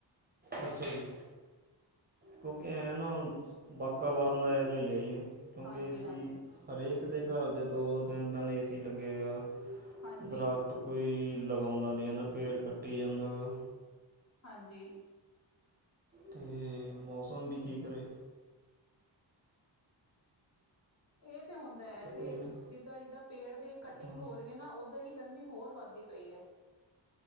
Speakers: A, on the right; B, on the left.
A: ਅੱਛਾ ਜੀ ਕਿਉਂਕਿ ਐਂ ਨਾ ਹੁਣ ਵਕਵਰਨ ਇਹੋ ਜਿਹਾ ਹੀ ਹੈ ਜੀ ਕਿਉਂਕਿ
B: ਹਾਂਜੀ,
A: ਏ
B: ਹਾਂਜੀ,
A: ਸੀ ਹਰੇਕ ਦੇ ਘਰ ਦੇਚ ਦੋ ਦੋ ਤਿੰਨ ਦਿਨ ਏ ਸੀ ਲੱਗੇ ਹੋਏ ਆ
B: ਹਾਂਜੀ,
A: ਦਰੱਖਤ ਕੋਈ ਲਗਾਉਂਦਾ ਨਹੀਂ ਹੈ ਨਾ ਪੇੜ ਕੱਟੀ ਜਾਂਦਾ ਗਾ
B: ਹਾਂਜੀ
A: ਤੇ ਮੌਸਮ ਵੀ ਕੀ ਕਰੇ
B: ਇਹ ਤੇ ਹੁੰਦਾ ਹੈ ਇੱਥੇ
A: ਇੱਕ ਨਹੀਂ ਗਾ
B: ਜਿੱਦਾਂ ਜਿੱਦਾਂ ਪੇੜ ਦੀ ਕਟਿੰਗ
A: ਹਾਂ
B: ਹੋ ਰਹੀ ਹੈ ਨਾ ਉਓਦਾਂ ਹੀ ਗਰਮੀ ਹੋਰ ਵੱਧਦੀ ਪਈ ਹੈ